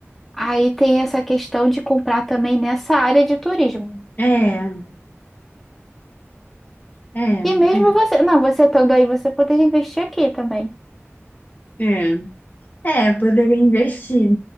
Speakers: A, in the centre; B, on the left (about 40°).
A: Aí tem essa questão de comprar também nessa área de turismo.
B: é, é,
A: E mesmo
B: é,
A: você, não, você estando aí, você poderia investir aqui também.
B: é. É, poderia investir